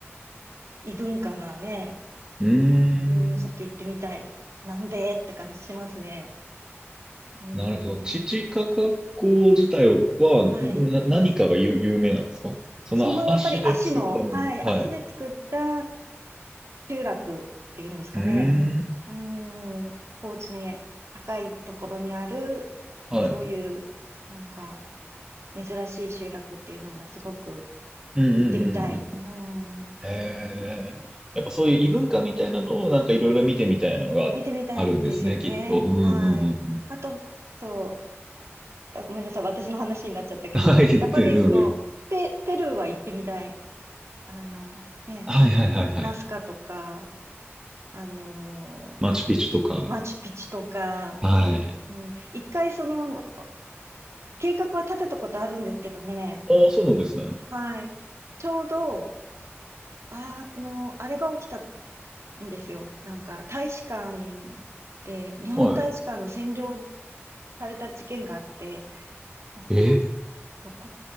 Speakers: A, on the right (about 75°); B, on the right (about 15°).
A: 異文化なね、なんか、
B: うーん、
A: うん、ちょっと行ってみたい。南米って感じしますね。うん、
B: なるほど。チチカカ湖自体は、
A: はい。
B: な、何かが有、有名なんですかそのあ足で作ったもの。
A: そのやっぱり足の、はい、
B: はい。
A: 足で作った集落っていうんですかね。
B: うーん。
A: うん、高地に高いところにある、
B: はい。
A: そういう、なんか、珍しい集落っていうのがすごく
B: うんうんうんうん。
A: 行ってみたい。うん、
B: へえ。やっぱそういう異文化みたいなのをなんかいろいろ見てみたいなのがあるんですね、
A: 見てみたいですよね。
B: きっと。うんうんうんうん。
A: はい。あと、そう、あ、ごめんなさい、私の話になっちゃったけど、
B: はい。
A: やっぱりその、
B: で、どうぞ
A: ペ、ペルーは行ってみたい。あの、ね、
B: はいはいはいはい。
A: ナス、ナスカとか、あの、
B: マチュピチュとか。
A: マチュピチュとか、
B: はい。
A: うん、一回その、計画は立てたことあるんですけどね、
B: ああ、そうなんですね。
A: はい。ちょうど、あの、あれが起きたんですよ。なんか、大使館で、日本大使館の占領
B: はい。
A: された事件があって、なんか、
B: え
A: と、こ、